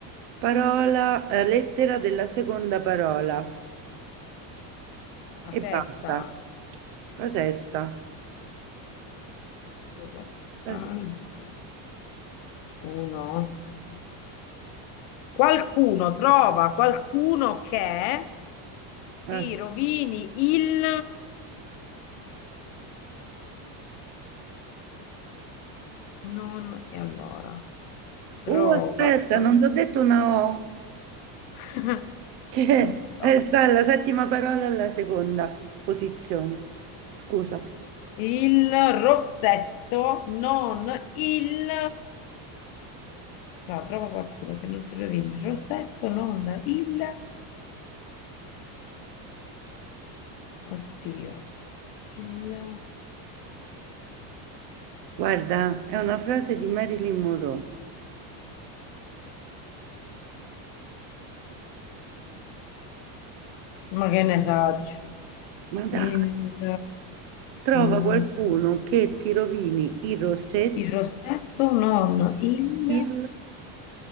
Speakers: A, on the right (about 75°); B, on the left (about 65°).
A: parola, eh, lettera della seconda parola
B: la
A: e
B: sesta.
A: basta. La sesta,
B: Due, quattro,
A: la
B: albo,
A: sesta.
B: uno. Qualcuno trova qualcuno che
A: eh.
B: ti rovini il non e allora trova
A: Uh, aspetta,
B: qual-
A: non ti ho detto una O,
B: <laughs>
A: <laughs> che
B: no.
A: è sta la settima parola alla seconda posizione. Scusa,
B: il rossetto, non il no, trova qualcuno che non ti rovini il rossetto, non il oddio, il
A: guarda, è una frase di Marilyn Monroe.
B: ma che ne saggio,
A: Ma dai,
B: il
A: trova
B: mm,
A: qualcuno che ti rovini il rossetto
B: il rossetto, non il
A: Il